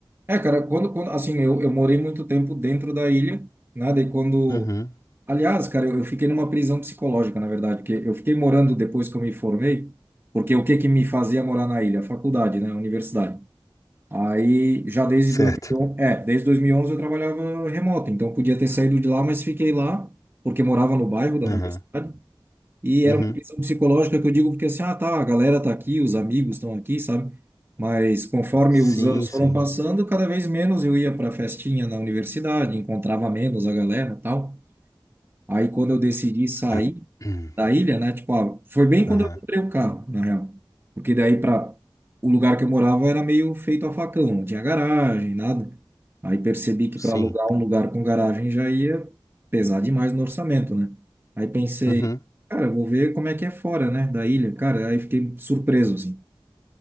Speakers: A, on the right; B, on the left.
A: É, cara, quando, quando, assim, eu, eu morei muito tempo dentro da ilha, né? Daí quando.
B: Uhum.
A: Aliás, cara, eu, eu fiquei numa prisão psicológica, na verdade, porque eu fiquei morando depois que eu me formei, porque o que que me fazia morar na ilha? A faculdade, né? A universidade. Aí, já desde
B: Certo.
A: 2011, é, desde 2011 eu trabalhava remoto, então eu podia ter saído de lá, mas fiquei lá, porque morava no bairro da
B: Aham.
A: universidade, e
B: Uhum.
A: era uma prisão psicológica que eu digo porque assim, ah, tá, a galera tá aqui, os amigos estão aqui, sabe? Mas conforme
B: Sim,
A: os anos
B: sim.
A: foram passando, cada vez menos eu ia para festinha na universidade, encontrava menos a galera, e tal. Aí quando eu decidi sair
B: Ah, <clears throat>
A: da ilha, né? Tipo, ah, foi bem
B: Aham.
A: quando eu comprei o carro, na real. Porque daí para o lugar que eu morava era meio feito a facão, não tinha garagem, nada. Aí percebi que
B: Sim.
A: para alugar um lugar com garagem já ia pesar demais no orçamento, né? Aí pensei,
B: Uhum.
A: cara, eu vou ver como é que é fora, né, da ilha. Cara, aí fiquei surpreso assim.